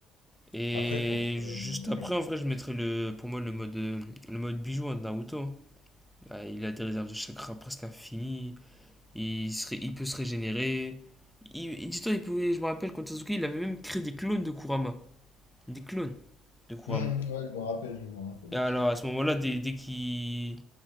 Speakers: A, in the centre; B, on the left.
A: Et
B: Après, contre...
A: juste
B: euh,
A: après, en vrai, je mettrais le, pour moi le mode, euh, le mode bijou hein, de Naruto. hein. Ah, Il a des réserves de chakra presque infinies. Il, serait il peut se régénérer. Il, il- dis-toi, il pouvait, je me rappelle, quand Sasuke, il avait même créé des clones de Kurama. Des clones de Kurama.
B: hmm, ouais, je me rappelle, je me rappelle
A: Et
B: de
A: alors,
B: ça.
A: à ce moment-là, dès, dès qu'il,